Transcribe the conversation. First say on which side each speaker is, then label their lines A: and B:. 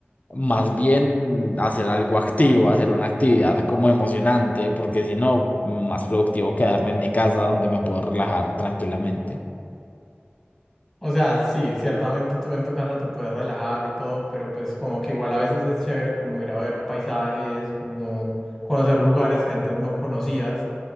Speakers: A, on the left (about 35°); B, in the centre.
A: más bien hacer algo activo, hacer una actividad como emocionante, porque si no, más productivo quedarme en mi casa donde me puedo relajar tranquilamente.
B: O sea, sí, ciertamente tú en tu casa te puedes relajar y todo, pero pues como que igual a veces es chévere como ir a ver paisajes, como conocer lugares que antes no conocías.